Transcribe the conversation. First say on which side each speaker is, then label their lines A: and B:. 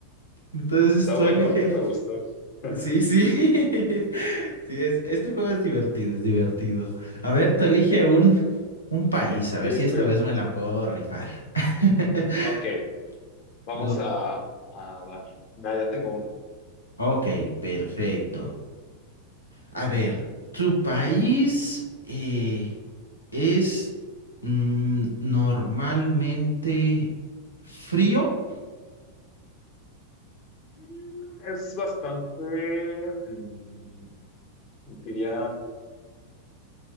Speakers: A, on the left; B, on the left.
A: Entonces
B: Está
A: tú
B: bueno,
A: elige.
B: ¿eh? Me gustó. <laughs>
A: Sí, sí. <laughs> Sí, es, este juego es divertido, es divertido. A ver, tú elige un, un país, a ver
B: Sí, estoy.
A: si esta vez me la puedo rifar. <laughs>
B: ah, Ok, vamos
A: Lo-
B: a, a dar. Ya, ya tengo uno.
A: Ok, perfecto. A ver, ¿tu país eh, es mm, normalmente frío?
B: Mm, Es bastante, mm, diría,